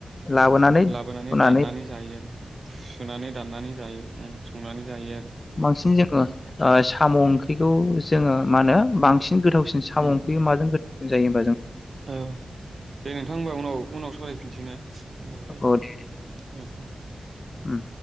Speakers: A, on the left; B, on the right.
A: लाबोनानै
B: लाबोनानै
A: हुनानै
B: दाननानै जायो आरो। सुनानै दाननानै जायो उम। संनानै जायो आ
A: बांसिन जो ङो ओ साम' ओंख्रिखौ जोङो मा होनो बांसिन गोथाव सिन साम'
B: उम
A: ओंख्रि माजों गो होनजायोम
B: औ दे नोंथां ओमबा उनाव उनाव सावरायफिनसै ना टाइमाबो जाबाय।
A: औ दे
B: औ।
A: उम